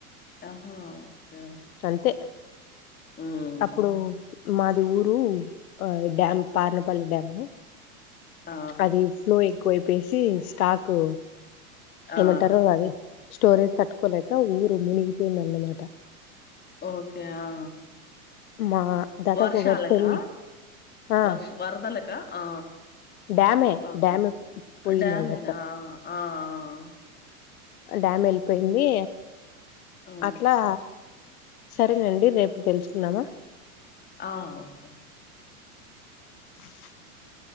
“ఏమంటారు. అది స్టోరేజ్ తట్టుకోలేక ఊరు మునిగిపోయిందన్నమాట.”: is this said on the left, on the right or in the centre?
Left